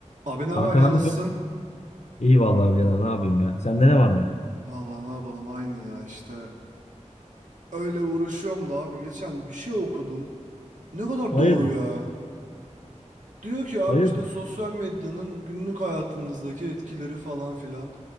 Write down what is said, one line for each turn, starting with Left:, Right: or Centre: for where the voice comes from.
Right: Abi ne haber
Left: Kanka
Right: ya
Left: ne yapıyorsun?
Right: nasılsın?
Left: İyi vallahi birader ne yapayım ya. Sende ne var mı?
Right: Vallahi ne yapalım aynı ya işte. Öyle uğraşıyorum da abi geçen bir şey okudum. Ne kadar
Left: Hayırdır?
Right: doğru ya. Diyor ki abi
Left: Hayırdır?
Right: işte sosyal medyanın günlük hayatınızdaki etkileri falan filan.